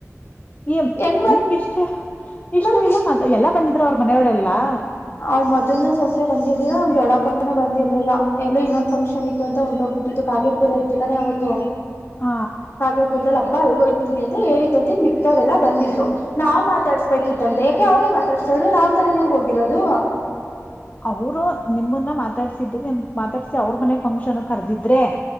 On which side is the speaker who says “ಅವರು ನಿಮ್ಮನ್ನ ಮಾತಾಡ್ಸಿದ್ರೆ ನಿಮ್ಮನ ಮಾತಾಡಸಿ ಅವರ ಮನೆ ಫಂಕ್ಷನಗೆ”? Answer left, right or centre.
Left